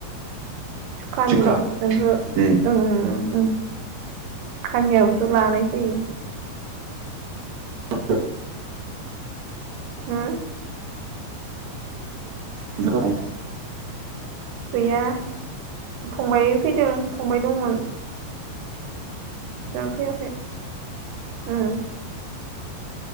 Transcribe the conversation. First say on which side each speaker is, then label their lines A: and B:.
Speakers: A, on the right (about 80°); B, on the right (about 60°).
A: सुखानि
B: थिखा
A: ओहो
B: ओम
A: ओं ओं थिखानियाबोथ' लानाय जायो।
B: औ <unintelligible>
A: होम
B: <unintelligible>
A: गैया फंबाय फैदों फंबाय दंमोन। दा फैयाखै ओम